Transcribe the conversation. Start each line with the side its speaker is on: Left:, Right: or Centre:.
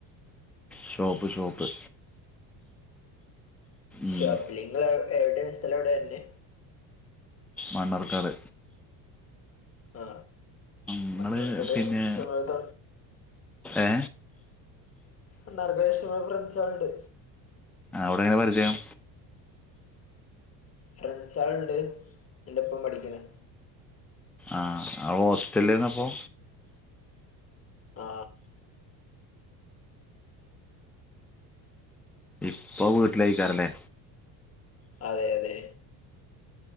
Centre: ഷോപ്പ് ഷോപ്പ്
Left: ഷോപ്പാലിങ്ങള്
Centre: ഉം.
Left: എവിടെ സ്ഥലം എവിടെ വെര്ണേ
Centre: മണ്ണാർക്കാട്
Left: ആ
Centre: നിങ്ങൾ
Left: മണ്ണാർക്കാട്
Centre: പിന്നെ
Left: ഇഷ്ടംപോലെത്ത
Centre: ഏ
Left: മണ്ണാർക്കാട് ഇഷ്ടംപോലെ ഫ്രൺസാള്ണ്ട്
Centre: അവിടെ എങ്ങനെ പരിചയം
Left: ഫ്രൺസാള്ണ്ട് ഇൻ്റൊപം പഠിക്ണെ
Centre: ആ അ ഹോസ്റ്റലിലാന്നപ്പോ
Left: ആ
Centre: ഇപം വീട്ടിലേയ്ക്കാരല്ലേ
Left: അതെ അതെ